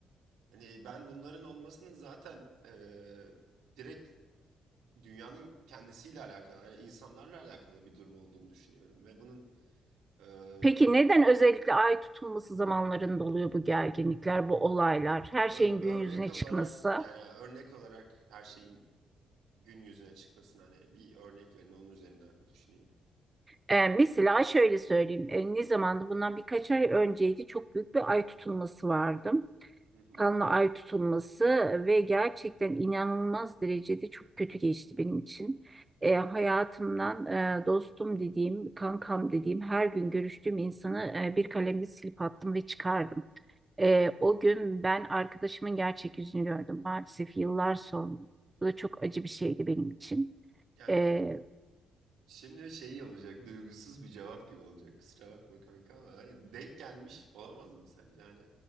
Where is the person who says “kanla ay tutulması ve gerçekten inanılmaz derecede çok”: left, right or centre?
Right